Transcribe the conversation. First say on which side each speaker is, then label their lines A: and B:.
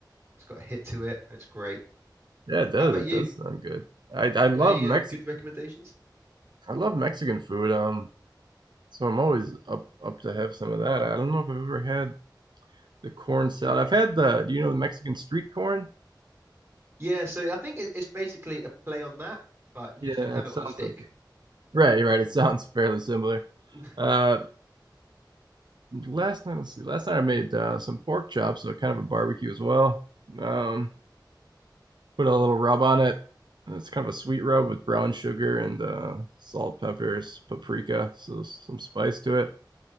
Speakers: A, on the right (about 35°); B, on the right (about 70°).
A: It's got a hit to it, and it's great.
B: Yeah, it does.
A: How about
B: It
A: you?
B: does sound good. I I
A: You
B: love
A: got any
B: Mex
A: uh, good recommendations?
B: I love Mexican food. Um, so I'm always up up to have some of that. I don't know if I've ever had the corn salad. I've had the, do you know the Mexican street corn?
A: Yeah, so I think it, it's basically a play on that, but you
B: Yeah,
A: just don't have
B: it
A: it
B: sounds
A: on a stick.
B: like it. Right, right. It sounds fairly similar.
A: <laughs>
B: Uh, Last night, let's see. Last night I made uh, some pork chops, so kind of a barbecue as well. Um, put a little rub on it. It's kind of a sweet rub with brown sugar and uh, salt, peppers, paprika, so some spice to it.